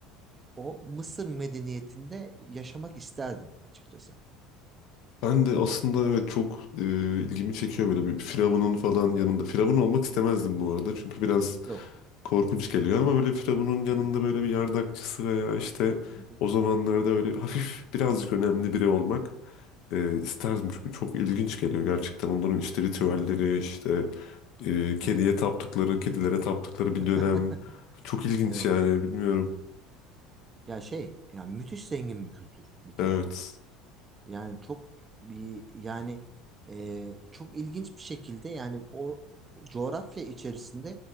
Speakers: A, on the right; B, on the left.
A: o Mısır medeniyetinde yaşamak isterdim açıkçası.
B: Ben de aslında evet çok e, ilgimi çekiyor böyle bir Firavun'un falan yanında. Firavun olmak istemezdim
A: Hı hı.
B: bu arada. Çünkü biraz
A: Yok.
B: korkunç geliyor ama böyle Firavun'un yanında
A: Hı hı.
B: böyle bir yardakçısı veya işte
A: Hı hı.
B: o zamanlarda böyle hafif birazcık önemli biri olmak e, isterdim. Çünkü çok ilginç geliyor gerçekten onların işte ritüelleri işte e, kediye
A: Evet.
B: taptıkları kedilere taptıkları
A: <laughs>
B: bir dönem çok ilginç
A: Evet.
B: yani bilmiyorum.
A: Ya şey, ya müthiş zengin bir kültür bir
B: Evet
A: kere. Yani çok bir yani e, çok ilginç bir şekilde yani o coğrafya içerisinde